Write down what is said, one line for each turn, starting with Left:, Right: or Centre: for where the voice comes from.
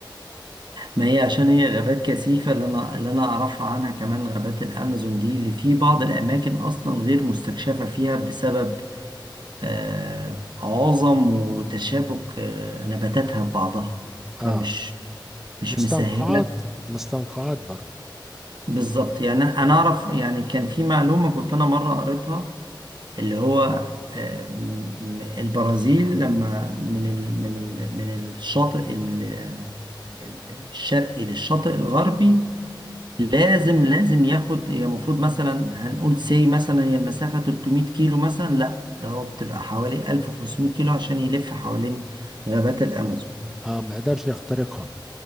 Right: ما هي عشان هي غابات كثيفة اللي أنا اللي أنا أعرفها عنها كمان غابات الأمازون دي اللي في بعض الأماكن أصلا غير مستكشفة فيها بسبب آه، عظم وتشابك آه، نباتاتها ببعضها فمش
Centre: اه
Right: مش
Centre: مستنقعات
Right: مسهلة
Centre: مستنقعات برضو
Right: بالظبط يعني أنا أنا أعرف يعني كان في معلومة كنت أنا مرة قريتها اللي هو آه، م- م- البرازيل لما من ال من ال من الشاطئ ال- الشرقي للشاطئ الغربي لازم لازم ياخد هي المفروض مثلا هنقول سي مثلا هي المسافة 300 كيلو مثلا لا ده هو بتبقى حوالي 1500 كيلو عشان يلف حوالين غابات الأمازون
Centre: اه ما يقدرش يخترقها